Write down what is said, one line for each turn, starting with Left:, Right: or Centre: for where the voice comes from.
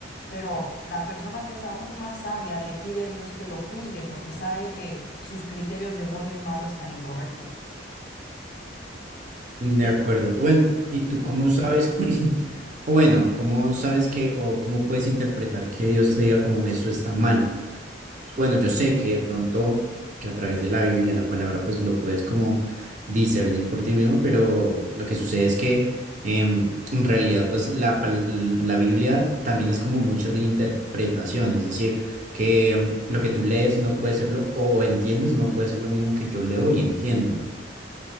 Left: Pero la persona que es aún más sabia le pide a Dios que lo juzgue porque sabe que sus criterios de bueno y malo están incorrectos.
Right: De
Left: Y,
Right: acuerdo. Bueno, ¿y tú cómo sabes, <clears throat> o bueno, cómo sabes que, o cómo puedes interpretar que Dios te diga como eso está mal? Bueno, yo sé que de pronto, que a través de la Biblia, la palabra, pues lo puedes como discernir por ti mismo, pero lo que sucede es que em, en realidad, pues la, pal- la Biblia también es como mucho de interpretación, es decir, que em, lo que tú lees no puede ser lo, o entiendes no puede ser lo mismo que yo leo y entiendo.